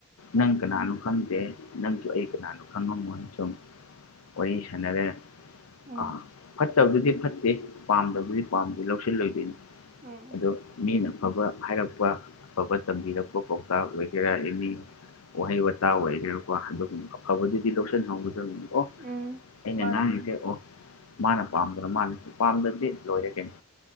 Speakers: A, on the left; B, on the right.
A: ꯅꯪ ꯀꯅꯥꯅꯣ ꯈꯪꯗꯦ ꯅꯪꯁꯨ ꯑꯩ ꯀꯅꯥꯅꯣ ꯈꯪꯉꯝꯃꯣꯏ ꯁꯨꯝ ꯋꯥꯔꯤ ꯁꯥꯟꯅꯔꯦ
B: ꯎꯝ
A: ꯑꯥ ꯐꯠꯇꯕꯗꯨꯗꯤ ꯐꯠꯇꯦ ꯄꯥꯝꯗꯕꯗꯨꯗꯤ ꯄꯥꯝꯗꯦ ꯂꯧꯁꯤꯜꯂꯣꯏꯗꯣꯏꯅꯤ
B: ꯎꯝ
A: ꯑꯗꯣ ꯃꯤꯅ ꯑꯐꯕ ꯍꯥꯏꯔꯛꯄ ꯑꯐꯕ ꯇꯝꯕꯤꯔꯛꯄ ꯄꯥꯎꯇꯥꯛ ꯑꯣꯏꯒꯦꯔꯥ ꯑꯦꯅꯤ ꯋꯥꯍꯩ ꯋꯥꯇꯥ ꯑꯣꯏꯒꯅꯥꯀꯣ ꯑꯗꯨꯒꯨꯝꯕ ꯑꯐꯕꯗꯨꯗꯤ ꯂꯧꯁꯟꯍꯧꯒꯗꯕꯅꯤꯀꯣ
B: ꯎꯝ
A: ꯑꯩꯅ
B: ꯃꯥꯅꯦ
A: ꯉꯥꯡꯉꯤꯁꯦ
B: ꯎꯝ
A: ꯑꯣ ꯃꯥꯅ ꯄꯥꯝꯗ꯭ꯔ ꯃꯥꯟꯅ ꯄꯥꯝꯗ꯭ꯔꯗꯤ ꯂꯣꯏꯔꯦ ꯀꯩꯅꯣ